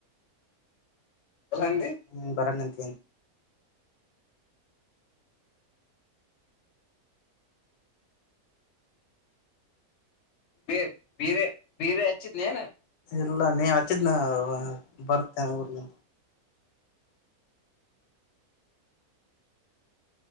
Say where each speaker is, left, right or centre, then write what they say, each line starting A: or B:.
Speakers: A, on the left; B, on the left.
A: ಅಲ್ಲಂದಿ
B: ಹ್ಮ್ ಬರ ನಂತ
A: ಬ ಬೀರೆ ಬಿೀರೆ ಹೆಚ್ಚ ನೀನ
B: ಇಲ್ಲ ನೀ ಹಚ್ಚಿದನ ಬರ್ತೇ ಊಗೆ